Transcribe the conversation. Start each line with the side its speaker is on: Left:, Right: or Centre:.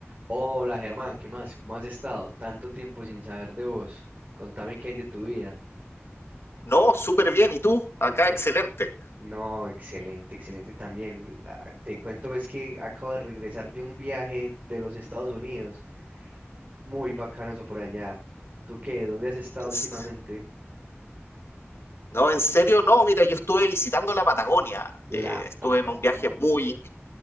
Right: Hola Germán, ¿qué más? ¿Cómo has estado? Tanto tiempo sin saber de vos. Contame qué hay de tu vida.
Left: No, súper bien. ¿Y tú? Acá,
Right: Eh,
Left: excelente.
Right: no, excelente, excelente también. Ah, Te cuento, es que acabo de regresar de un viaje de los Estados Unidos. Muy bacano eso por allá. ¿Tú qué? ¿Dónde has estado
Left: En s-
Right: últimamente?
Left: No, en serio, no. Mira, yo estuve visitando la Patagonia.
Right: La
Left: Eh, estuve
Right: Patagonia.
Left: en un viaje muy... in-